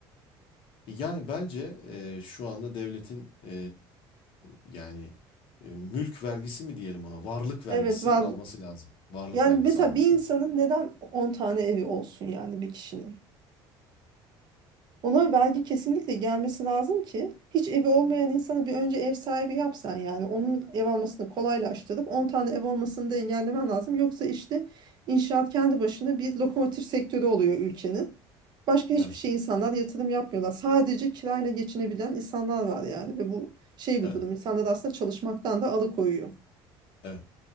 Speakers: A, on the left; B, on the right.
A: Yani bence e, şu anda devletin e, yani e, mülk vergisi mi diyelim ona? Varlık vergisi
B: Evet, var.
A: alması lazım. Varlık
B: Yani
A: vergisi
B: mesela
A: alması
B: bir insanın
A: lazım.
B: neden 10 tane evi olsun yani bir kişinin? Ona vergi kesinlikle gelmesi lazım ki hiç evi olmayan insanı bir önce ev sahibi yapsan yani onun ev almasını kolaylaştırıp On tane ev olmasını da engellemen lazım. Yoksa işte inşaat kendi başına bir lokomotif sektörü oluyor ülkenin. Başka hiçbir
A: Evet.
B: şey insanlar yatırım yapmıyorlar. Sadece kirayla geçinebilen insanlar var yani ve bu şey bir
A: Evet.
B: durum. İnsanları aslında çalışmaktan da alıkoyuyor.
A: Evet.